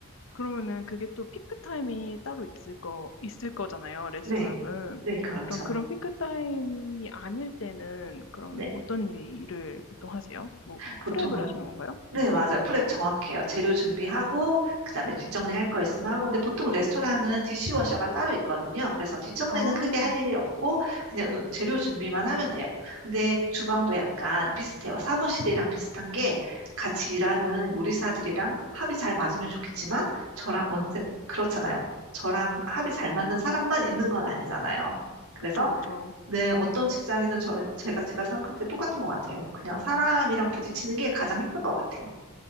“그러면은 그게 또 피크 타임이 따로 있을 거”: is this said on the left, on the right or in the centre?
Left